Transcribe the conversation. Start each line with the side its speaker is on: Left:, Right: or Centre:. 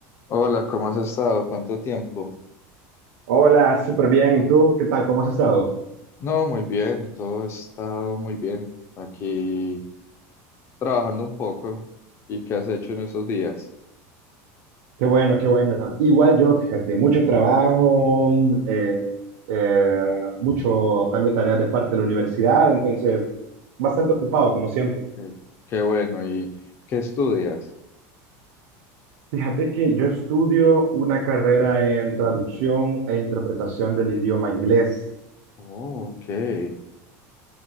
Left: Hola, ¿cómo has estado? ¿Cuánto tiempo?
Right: Hola, súper bien. ¿Y tú? ¿Qué tal? ¿Cómo has estado?
Left: No, muy bien, todo ha estado muy bien. Aquí trabajando un poco. ¿Y qué has hecho en estos días?
Right: Qué bueno, qué bueno. Igual yo, fíjate, mucho trabajo, eh, eh, mucho también tareas de parte de la universidad, entonces bastante ocupado, como siempre.
Left: Ok. Qué bueno, ¿y qué estudias?
Right: Fíjate que yo estudio una carrera en traducción e interpretación del idioma inglés.
Left: Oh, ok.